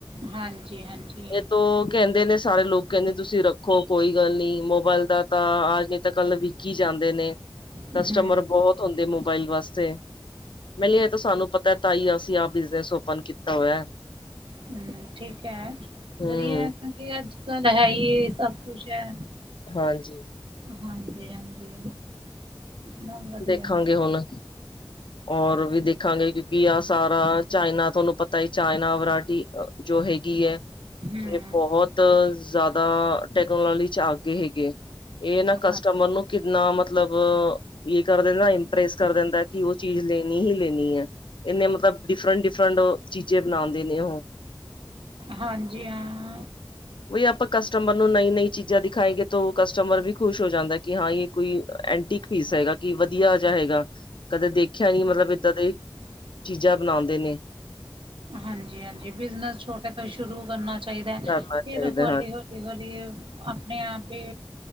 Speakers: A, on the right; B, on the left.
A: ਹਾਂਜੀ-ਹਾਂਜੀ,
B: ਇਹ ਤੋਂ ਕੈਂਦੇ ਨੇ ਸਾਰੇ ਲੋਕ ਕੈਂਦੇ ਤੁਸੀਂ ਰੱਖੋ ਕੋਈ ਗੱਲ ਨਹੀਂ ਮੋਬਾਇਲ ਦਾ ਤਾ ਅੱਜ ਨਹੀਂ ਤਾਂ ਕੱਲ ਵਿਕ ਹੀ ਜਾਂਦੇ ਨੇ।
A: ਹੂੰ-ਹੂੰ
B: ਕਸਟਮਰ ਬਹੁਤ ਹੁੰਦੇ ਮੋਬਾਇਲ ਵਾਸਤੇ ਮਿਲ ਈ ਤਾਂ ਸਾਨੂੰ ਪਤਾ ਤਾਂਹੀ ਅਸੀਂ ਆਹ ਬਿਜਨਸ ਓਪਨ ਕੀਤਾ ਹੋਇਆ।
A: ਹੂੰ ਠੀਕ ਹੈ
B: ਹਮ
A: ਵਧੀਆ ਏ। ਇਹ ਅੱਜ ਕੱਲ ਹੈ ਏ ਸਭ ਕੁਛ ਹੈ।
B: ਹਾਂਜੀ
A: ਹਾਂਜੀ-ਹਾਂਜੀ ਨਾ ਵਧੀਆ
B: ਦੇਖਾਂਗੇ ਹੁਣ ਔਰ ਵੀ ਦੇਖਾਂਗੇ ਕਿਉਂਕਿ ਆ ਸਾਰਾ ਚਾਈਨਾ ਤੁਹਾਨੂੰ ਪਤਾ ਈ ਚਾਈਨਾ ਵਰਾਇਟੀ ਜੋ ਹੈਗੀ ਹੈ।
A: ਹੂੰ
B: ਇਹ ਬਹੁਤ ਜਾਦਾ ਟੈਕਨੋਲੋਜੀ 'ਚ ਆਗੇ ਹੈਗੇ। ਇਹ ਨਾ ਕਸਟਮਰ
A: ਹਾਂ
B: ਨੂੰ ਕਿੰਨਾ ਮਤਲਬ ਇਹ ਕਰ ਦਿੰਦਾ ਨਾ ਇੰਪ੍ਰੈਸ ਕਰ ਦਿੰਦਾ। ਕਿ ਉਹ ਚੀਜ਼ ਲੈਣੀ ਹੀ ਲੈਣੀ ਹੈ ਇੰਨੇ ਮਤਲਬ ਡਿਫਰੈਂਟ-ਡਿਫਰੈਂਟ ਚੀਜ਼ੇ ਬਣਾਉਂਦੇ ਨੇ ਉਹ
A: ਹਾਂਜੀ ਹਾਂ।
B: ਬਈ ਆਪਾਂ ਕਸਟਮਰ ਨੂੰ ਨਈ ਨਈ ਚੀਜ਼ਾਂ ਦਿਖਾਏਗੇ ਤਾਂ ਕਸਟਮਰ ਵੀ ਖੁਸ਼ ਹੋ ਜਾਂਦਾ ਕਿ ਹਾਂ ਇਹ ਕੋਈ ਐਂਟੀਕ ਪੀਸ ਹੈਗਾ ਕਿ ਵਧੀਆ ਜਿਹਾ ਹੈਗਾ। ਕਦੇ ਦੇਖਿਆ ਨੀ ਮਤਲਬ ਏਦਾਂ ਦੀ ਚੀਜ਼ਾਂ ਬਣਾਉਂਦੇ ਨੇ।
A: ਹਾਂਜੀ-ਹਾਂਜੀ ਬਿਜਨਸ ਛੋਟੇ ਤੋਂ ਸ਼ੁਰੂ ਕਰਨਾ ਚਾਹੀਦਾ
B: ਕਰਨਾ
A: ਫਿਰ
B: ਚਾਹੀਦਾ
A: ਹੌਲੀ-ਹੌਲੀ
B: ਹਾਂ
A: ਤਦੀ ਆਪਣੇ ਆਪ ਹੀ